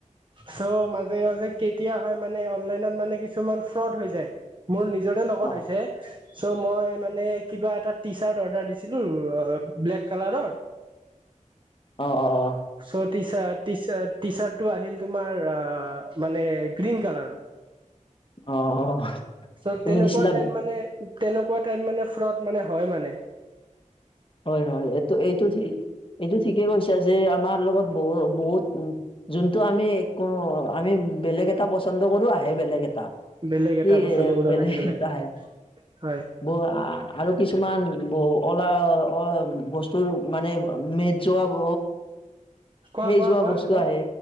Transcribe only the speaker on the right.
চ' মাজে মাজে কেতিয়া হয় মানে অনলাইনত মানে কিছুমান ফ্ৰড হৈ যায় মোৰ নিজৰে লগত
হৈছে চ' মই মানে কিবা এটা টি চাৰ্ট অৰ্ডাৰ দিছিলো ব্লেক কালাৰৰ
চটি টি চাৰট টো আহিল তোমাৰ অ মানে গ্ৰীণ কালাৰত
চব
তেনেকুৱা
টাইপ মানে তেনেকুৱা টাইপ মানে ফ্ৰড মানে হয় মানে
বেলেগ
এটা বস্তু
আহি এটা
হয় হয়
কোৱা
কোৱা
কোৱা
হেল্ল'